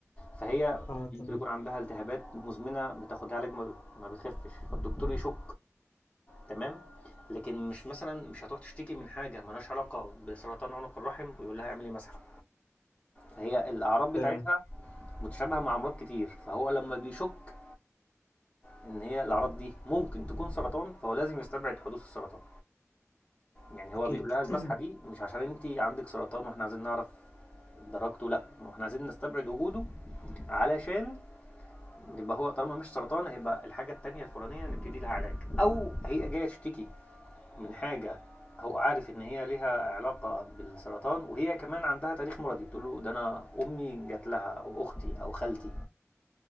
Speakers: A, on the left (about 25°); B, on the left (about 70°).
A: فهي
B: اه
A: ممكن
B: تمام
A: يكون عندها التهابات مزمنة بتاخد لها علاج ما بت- ما بتخفش فالدكتور يشك تمام لكن مش مثلا مش هتروح تشتكي من حاجة ملهاش علاقة بسرطان عنق الرحم ويقول لها اعملي مسحة فهي الأعراض بتاعتها
B: تمام
A: متشابهة مع أمراض كتير فهو لما بيشك إن هي الأعراض دي ممكن تكون سرطان فهو لازم يستبعد حدوث السرطان يعني هو
B: اكيد
A: بيقول لها المسحة
B: <clears throat>
A: دي مش عشان أنت عندك سرطان وإحنا عايزين نعرف درجته لأ وإحنا عايزين نستبعد وجوده علشان يبقى هو طالما مش سرطان هيبقى الحاجة التانية الفلانية نبتدي لها علاج أو هي جاية تشتكي من حاجة هو عارف ان هي ليها علاقه بالسرطان وهي كمان عندها تاريخ مرضي تقول له ده انا امي جات لها او اختي او خالتي